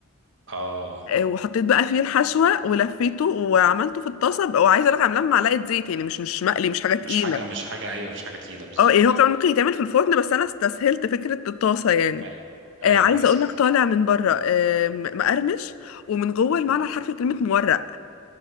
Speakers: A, on the right; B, on the left.
A: اه
B: آه، وحطيت بقى فيه الحشوه ولفيته وعملته في الطاسه وعايزه اقول لك عاملاه بمعلقه زيت يعني مش مش مقلي مش حاجه تقيله
A: مش حاجة مش حاجة ايوه مش حاجة تقيلة بالظبط
B: اه يعني هو كمان ممكن يتعمل في الفرن بس انا استسهلت فكره الطاسه يعني
A: ايوه
B: آه
A: ايوه
B: عايزه
A: بالظبط
B: اقول لك طالع من بره آه م- مقرمش ومن جوه المعنى الحرفي كلمه مورق